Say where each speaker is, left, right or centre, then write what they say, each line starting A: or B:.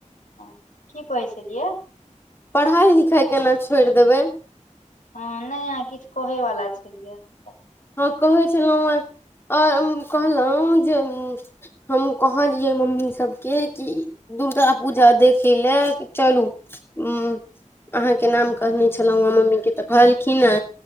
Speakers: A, on the left (about 80°); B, on the left (about 20°).
A: हँ किऽ कहै छलियै
B: पढाई लिखाय केना छोएड़ देबै
A: हँ नै अहाँ किछ कहै वलाा छलियै। हँ
B: हँ कहै छलौं उँ आओ कहलौंजे हम कहलियै मम्मी सबके कि ई दुर्गा पूजा देखी ले चलू हूँ अहाँ के नाम कहने छलौं ह मम्मी के तऽ कहलखिन ह